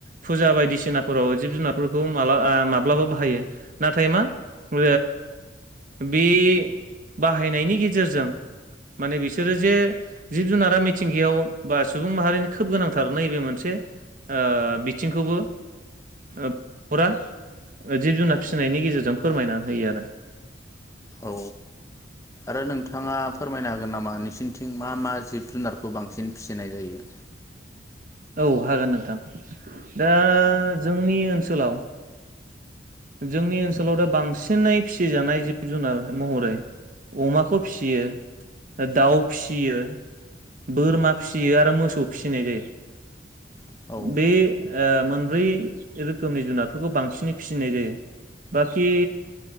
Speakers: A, on the right; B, on the left.
A: फुजा बायदिसिनाफोराव जिब जुनारफोरखौ माला-आ- माब्लाबा बाहायो। नाथाय मा ओ बि बाहायनायनि गेजेरजों माने बिसोरो जे जिब जुनारा मिथिंगायाव बा सुबुं माहारिनि खोब गोनांथार नैबे मोनसे ओ बिथिंखौबो <unintelligible> जिब जुनार फिसिनायनि गेजेरजों फोरमायना होयो आरो
B: औ आरो नोंथाङा फोरमायनो हागोन नामा नोंसिनिथिं मा मा जिब जुनारखौ बांसिन फिसिनाय जायो?
A: औ हागोन नोंथां दा जोंनि ओनसोलाव जोंनि ओनसोलाव दा बांसिनै फिसिजानाय जिब जुनार महरै अमाखौ फिसियो दाउ फिसियो। बोरमा फिसियो आरो मोसौ फिसिनाय जायो।
B: औ-औ-औ-औ-औ-औ
A: बे ओ मोन ब्रै रोखोमनि जुनारफोरखौ बांसिनै फिसिनाय जायो। बा खि